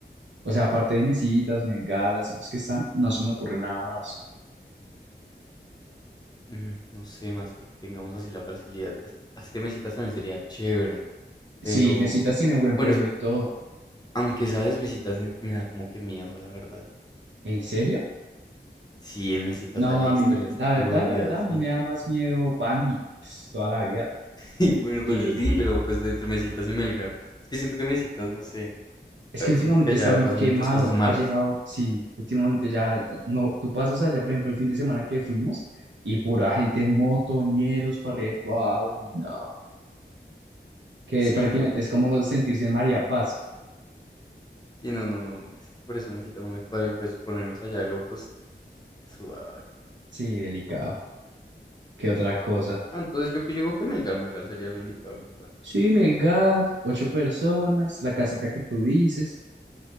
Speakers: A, on the right (about 80°); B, on the left (about 20°).
A: O sea, aparte de Mesitas, Melgaras y los que están, no se me ocurre nada más.
B: Mm, No sé, más que que tengamos así la facilidad. Es, es que mesitas también sería chévere. Pero,
A: Sí, Mesitas tiene buen
B: bueno,
A: pueblo
B: es-
A: y todo.
B: aunque sabes, mesitas en- me da como que miedo, la verdad.
A: ¿En serio?
B: Sí, en mesitas
A: No,
B: sale
A: a
B: historias
A: mí, me- la verdad,
B: turbias.
A: la verdad, a mí
B: y
A: me da más miedo Bandy, pues, toda la vida.
B: Y bueno,
A: Sí,
B: pero sí, pero pues de- entre Mesitas y Melgar. Es que siento que Mesitas, no sé.
A: Es
B: eh,
A: que últimamente
B: Siento que allá
A: está muy
B: pasan
A: quemado,
B: muchas cosas malas.
A: ha llegado, sí, últimamente ya, eh, uno, tú pasas allá, por ejemplo, el fin de semana que fuimos y pura gente en motoñeros para arriba y pa' abajo, y no, que
B: Sí,
A: prácticamente
B: no, no,
A: es
B: no,
A: como
B: no.
A: sentirse
B: no.
A: en María Paz,
B: Sí, no, no, no. Es que por eso Mesitas no me cuadra y pues ponernos allá de locos. Suave.
A: sí, delicado, qué otra cosa.
B: No, entonces yo que yo digo que Melgar, Melgar sería lo indicado, la verdad.
A: Sí, Melgar, ocho personas, la casita que tú dices,